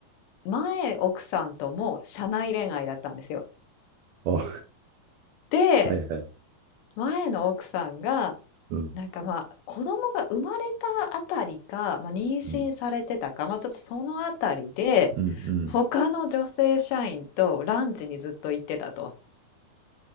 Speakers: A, on the left; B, on the right.
A: 前奥さんとも社内恋愛だったんですよ。
B: あ、は
A: で、
B: いはい。
A: 前の奥さんが、
B: うん
A: なんかまあ子供が生まれたあたりか、まあ、妊娠されてたか、
B: うん
A: まあ、ちょっとそのあたりで他の女性社員とランチにずっと行ってたと。
B: うんうん